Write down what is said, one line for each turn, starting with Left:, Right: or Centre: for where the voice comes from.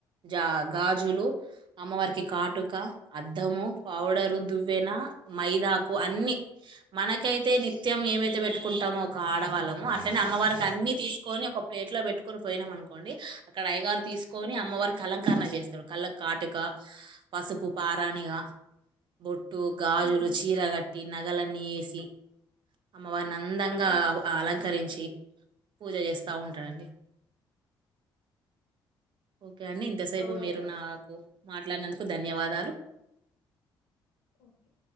Right: జా గాజులు అమ్మవారికి కాటుక అద్దము పౌడరు దువ్వెనా మైదకు అన్ని మనకైతే నిత్యం ఏమైతే పెట్టుకుంటామో కాడ్ డ వాళ్ళము అట్నే అమ్మవారికి అన్ని తీసుకొని ఒక ప్లేట్ లో పెట్టుకని పోయినాం అనుకోండి అక్కడ అయ్యగారు తీసుకొని
Left: ఆ,
Right: అమ్మవారి కలన్ కరణజ్ చేస్తాడు కళ్ళకు కాటుక పసుపు పారాణిగా బొట్ టు గాజులు
Left: అవునా
Right: చీర గట్టి ఇ నగలన్నీ ఏసి మానందంగా
Left: అవునా
Right: అలంకరించి పూజ జేస్త బాగుంటాడండి ఓకే అండి ఇంతసేపు
Left: అవునా
Right: మీరు నాకు మాట్లాడినందుకు ధన్యవాదాలు
Left: ఓకే